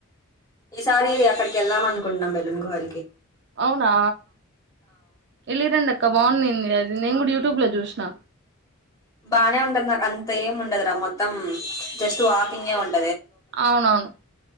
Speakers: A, on the left (about 15°); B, on the right (about 55°).
A: ఈసారి అక్కడికి వెళ్దాం అనుకుంటున్నాం బెలూన్ గుహలికి
B: అవునా వెళ్ళిరండక్క ఇంకా బాగుంది అది నేను కూడా యూట్యూబ్ లో చూసినా
A: బాగానే ఉంటంది నా అంత ఏం ఉండదురా మొత్తం జస్ట్ వాకింగే ఉంట
B: అవునవును